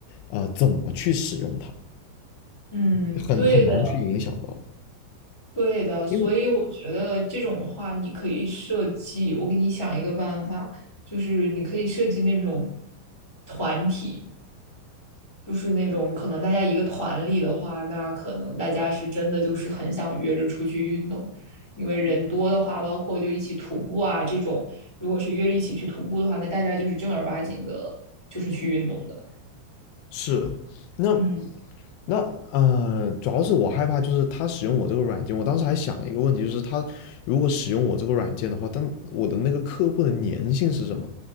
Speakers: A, on the left; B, on the left.
A: 啊、呃怎么去使用它，
B: 嗯，
A: 很很难去影响到。
B: 对的。对的，所以我觉得这种的话，
A: 因为
B: 你可以设计，我给你想一个办法，就是你可以设计那种团体，就是那种可能大家一个团里的话，那可能大家是真的就是很想约着出去运动，因为人多的话，包括就一起徒步啊这种，如果是约着一起去徒步的话，那大家就是正儿八经的，就是去运动的。
A: 是，那
B: 嗯。
A: 那呃，主要是我害怕，就是他使用我这个软件。我当时还想了一个问题，就是他如果使用我这个软件的话，但我的那个客户的粘性是什么？